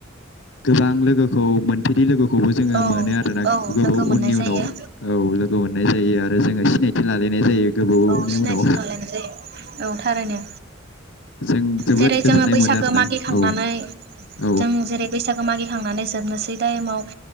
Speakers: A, on the left; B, on the right.
A: गोबां लोगोखौ मोन फेरै लोगोखौ खौबो जोङो
B: औ
A: मोनो आरो ना
B: औ
A: गोबाव
B: लोगो मोननाय
A: उननि
B: जायो
A: उनाव औ लोगो मोननाय जायो आरो जोङो सिनाय थिं लालायनाय जायो गोबावनि
B: औ सिनायथि
A: उनाव
B: लालायनाय जायो औ थारैनो
A: जों जोबोद
B: जेरै
A: गोजोननाय
B: जोङो बैसागो
A: मोनो आरोना
B: मागिखांनानै
A: औ औ
B: जों जेरै बैसागो मागिखांनानै जोबनोसै दाय इमाव